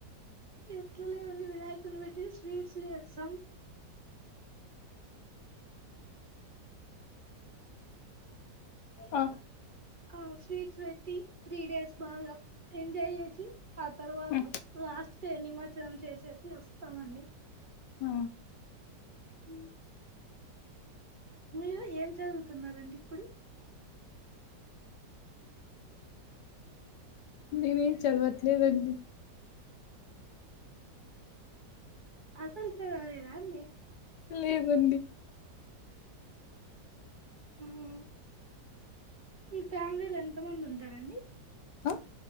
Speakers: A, on the right (about 30°); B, on the left (about 75°).
A: ఎట్లలేదండి వినాయకుని వె ట్టి స్వీట్స్ చేస్సాం
B: ఆ
A: ఆ స్వీట్స్ పెట్టి త్రీ డేస్ బాగా ఎం జాయ్ చేసి ఆ తర్వాత
B: ఆ
A: లాస్ట్ డే నిమ ర్జనం చేసేసి వస్తామండి
B: ఆ
A: హ మీరు ఏం చదువుతున్నారండి ఇప్పుడు
B: నేనేం చదవట్లేదండి
A: అసల్ చదవలేదా అండి
B: లేదండి
A: మ్ ఫ్యామిలీలో ఎంత మంది ఉంటారండి
B: ఆ